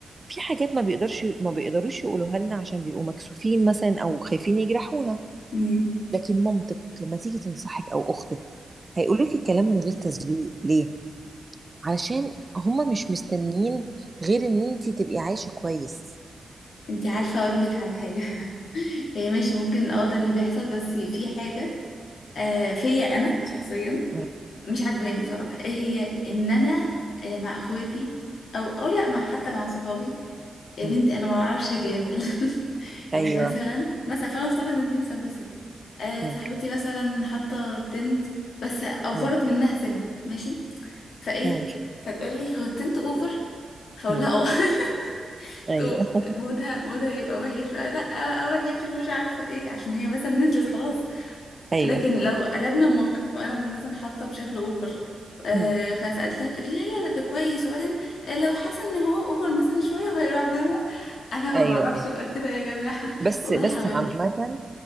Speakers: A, on the right; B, on the left.
A: في حاجات ما بيقدرش ما بيقدروش يقولوها لنا عشان بيبقوا مكسوفين مثلا أو خايفين يجرحونا
B: امم
A: لكن مامتك لما تيجي تنصحك أو أختك هيقولك الكلام من غير تزويق ليه علشان هما مش مستنيين غير ان انتي تبقي عايشة كويس
B: انتي عارفه اقول لك على حاجه <laughs> هي ماشي ممكن اه ده اللي بيحصل بس في حاجه آه فيا انا شخصيا
A: مم.
B: مش عجباني بصراحة ايه هي ان انا آه، مع اخواتي او او لا مع حتى مع صحابي يا
A: مم.
B: بنتي انا ما بعرفش اجامل <laughs>
A: ايوه
B: يعني مثلا مثلا فانا افترض ان دي مثال بسيط آه
A: مم.
B: صاحبتي مثلا حاطه تنت بس اوفرت
A: مم.
B: منها سنه ماشي فايه
A: مم.
B: فتقول لي هو التنت اوفر فاقول
A: مم.
B: لها اه <laughs>
A: ايوه
B: تقوم مودها مودها يبقى وحش بقى لا آه، وحش ومش عارفه ايه عشان هي مثلا نزلت خلاص
A: ايوه
B: لكن لو قلبنا الموقف وانا اللي مثلا حاطه بشكل اوفر آه
A: مم.
B: فسالتها تقولي لا لا لا ده كويس وبعدين آه، لو حاسه ان هو اوفر مثلا شويه وهيروح فاهمه انا
A: ايوه
B: ما بعرفش
A: ايوه
B: ابقى كده يا جماعه <laughs>
A: بس
B: والله
A: بس
B: حاولت
A: عامة